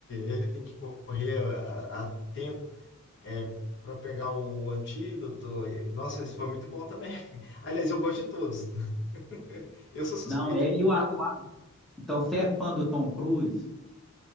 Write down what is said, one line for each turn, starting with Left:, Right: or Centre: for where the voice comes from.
Left: ele tem que correr a, a é, para pegar o antídoto. é, Nossa, esse foi muito bom também. <laughs> Aliás, eu gosto de todos. <laughs> Eu sou suspeito.
Centre: Não é. E o, a- o a- então, você é fã do Tom Cruise?